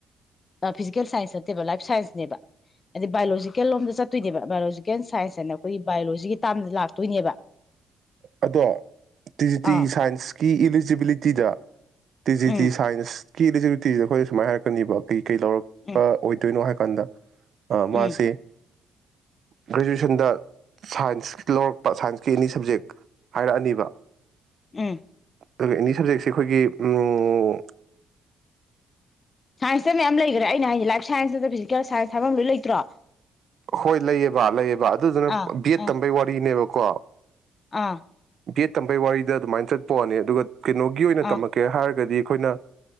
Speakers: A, on the left; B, on the right.
A: ꯐꯤꯖꯤꯀꯦꯜ ꯁꯥꯏꯟꯁ ꯅꯠꯇꯦꯕ ꯂꯥꯏꯐ ꯁꯥꯏꯟꯁꯅꯦꯕ ꯑꯗꯩ ꯕꯥꯏꯑꯣꯂꯣꯖꯤꯀꯦꯜ ꯂꯣꯝꯗ ꯆꯠꯇꯣꯏꯅꯦꯕ ꯕꯥꯏꯑꯣꯂꯣꯖꯤꯀꯦꯜ ꯁꯥꯏꯟꯁ ꯍꯥꯏꯅ ꯑꯩꯈꯣꯏꯒꯤ ꯕꯥꯏꯑꯣꯂꯣꯖꯤꯒꯤ ꯇꯥꯝꯗ ꯂꯥꯛꯇꯣꯏꯅꯦꯕ
B: ꯑꯗꯣ ꯇꯤ ꯖꯤ ꯇꯤ
A: ꯑꯥ
B: ꯁꯥꯏꯟꯁ ꯇꯤ ꯏꯂꯤꯖꯤꯕꯤꯂꯤꯇꯤꯗ ꯇꯤ ꯖꯤ
A: ꯎꯝ
B: ꯇꯤ ꯁꯥꯏꯟꯁꯀꯤꯗꯤ ꯌꯨ ꯇꯤꯁꯦ ꯑꯩꯈꯣꯏ ꯁꯨꯃꯥꯏꯍꯥꯔꯛꯀꯅꯤꯕ ꯀꯩ ꯂꯧꯔꯛꯄ
A: ꯎꯝ
B: ꯑꯣꯏꯗꯣꯏꯅꯣ ꯍꯥꯏ ꯀꯟꯗ ꯑ ꯃꯥꯁꯤ
A: ꯎꯝ
B: ꯒ꯭ꯔꯦꯖꯨꯋꯦꯁꯟꯗ ꯁꯥꯏꯟꯁ ꯂꯧꯔꯛꯄ ꯁꯥꯏꯟꯁꯀꯤ ꯑꯦꯅꯤ ꯁꯕꯖꯦꯛ ꯍꯥꯏꯔꯛꯑꯅꯤꯕ
A: ꯎꯝ
B: ꯑꯗꯨꯒ ꯑꯦꯅꯤ ꯁꯕꯖꯦꯛꯁꯦ ꯑꯩꯈꯣꯏꯒꯤ ꯎꯝ
A: ꯁꯥꯏꯟꯁꯇ ꯃꯌꯥꯝ ꯂꯩꯈ꯭ꯔꯦ ꯑꯩꯅ ꯍꯥꯏꯁꯤꯅꯦ ꯂꯥꯏꯐ ꯁꯥꯏꯟꯁ ꯅꯠꯇ꯭ꯔ ꯐꯤꯖꯤꯀꯦꯜ ꯁꯥꯏꯟꯁ ꯍꯥꯏꯕ ꯑꯃ ꯂꯣꯏ ꯂꯩꯇ꯭ꯔꯣ
B: ꯍꯣꯏ ꯂꯩꯑꯕ ꯂꯩꯑꯕ ꯑꯗꯨꯗꯨꯅ
A: ꯑꯥ
B: ꯕꯤꯌꯦꯠ
A: ꯑꯥ
B: ꯇꯝꯕꯩ ꯋꯥꯔꯤꯅꯦꯕ ꯀꯣ
A: ꯑꯥ
B: ꯕꯤꯌꯦꯠ ꯇꯝꯕꯩ ꯋꯥꯔꯤꯗ ꯑꯗꯨꯃꯥꯏꯅ ꯆꯠꯄꯋꯥꯅꯤ ꯑꯗꯨꯒ ꯀꯩꯅꯣꯒꯤ ꯑꯣꯏꯅ
A: ꯑꯥ
B: ꯇꯝꯃꯛꯀꯦ ꯍꯥꯏꯔꯒꯗꯤ ꯑꯩꯈꯣꯏꯅ